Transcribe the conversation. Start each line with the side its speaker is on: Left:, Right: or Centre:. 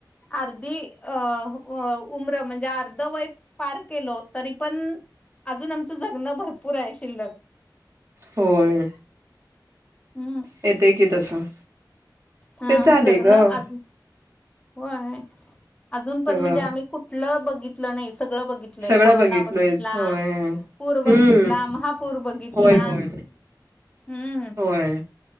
Left: अर्धी अ अ उम्र म्हणजे अर्ध वय पार केलो. तरी पण अजून आमचं जगणं भरपूर आहे शिल्लक.
Right: होय.
Left: हम्म.
Right: येते की तसं.
Left: हा
Right: तेच झाले
Left: जगणं
Right: ग
Left: आज होय अजून
Right: सगळं
Left: पण म्हणजे आम्ही कु तलं बघितलं नाही सगळं बघित तल्यकोरोना
Right: सगळं बघितलोयच
Left: बघितला,
Right: होय
Left: पूर बघितला,
Right: हम्म
Left: महापूर बघितला
Right: होय होय
Left: हम्म
Right: होय